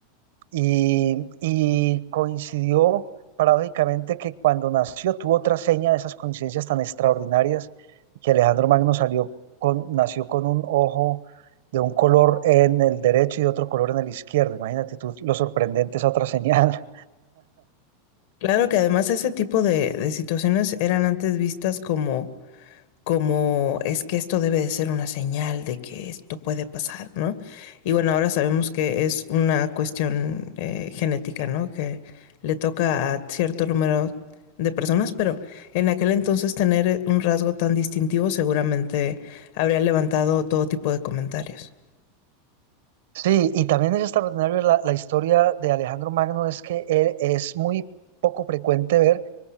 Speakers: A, on the right (about 75°); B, on the left (about 65°).
A: Y, y coincidió paradójicamente que cuando nació tuvo otra seña de esas coincidencias tan extraordinarias, que Alejandro Magno salió con, nació con un ojo de un color en el derecho y de otro color en el izquierdo. Imagínate tú lo sorprendente esa otra señal.
B: Claro que además ese tipo de, de situaciones eran antes vistas como como es que esto debe de ser una señal de que esto puede pasar, ¿no? Y bueno, ahora sabemos que es una cuestión eh, genética, ¿no? Que le toca a cierto número de personas, pero en aquel entonces tener un rasgo tan distintivo seguramente habría levantado todo tipo de comentarios.
A: Sí, y también es extraordinario la, la historia de Alejandro Magno, es que él- es muy poco frecuente ver